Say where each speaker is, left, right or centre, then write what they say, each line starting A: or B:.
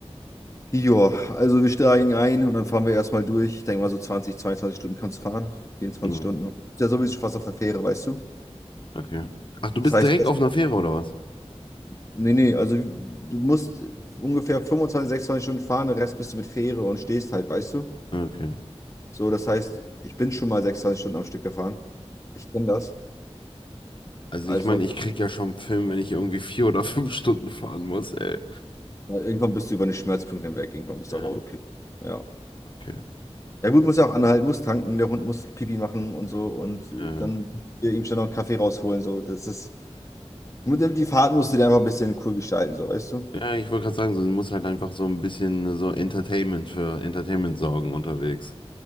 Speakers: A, on the left; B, on the left.
A: Joa, also wir steigen ein und dann fahren wir erstmal durch. Ich denke mal so 20, 22 Stunden kannst du fahren. 24
B: Mhm.
A: Stunden. Ist ja sowieso schon fast auf der Fähre, weißt du?
B: Okay. Ach, du
A: Das
B: bist
A: heißt,
B: direkt auf einer Fähre oder was?
A: nee, nee, also du musst ungefähr 25, 26 Stunden fahren, den Rest bist du mit Fähre und stehst halt, weißt du?
B: Okay.
A: So, das heißt, ich bin schon mal 26 Stunden am Stück gefahren. Ich kenne das.
B: Also
A: Also,
B: ich meine, ich krieg ja schon einen Film, wenn ich irgendwie vier oder fünf Stunden fahren muss, ey.
A: ja, irgendwann bist du über den Schmerzpunkt hinweg, irgendwann bist
B: Ja,
A: du auf Autopilot. Ja.
B: okay.
A: Ja gut, muss ja auch anhalten, muss tanken, der Hund muss Pipi machen und so und äh,
B: Ja,
A: dann
B: ja
A: hier ihm schnell noch einen Kaffee rausholen. So. Das ist. Und dann die Fahrt musst du dir einfach ein bisschen cool gestalten, so, weißt du?
B: Ja, ich wollte gerade sagen, so, du musst halt einfach so ein bisschen äh, so Entertainment für Entertainment sorgen unterwegs.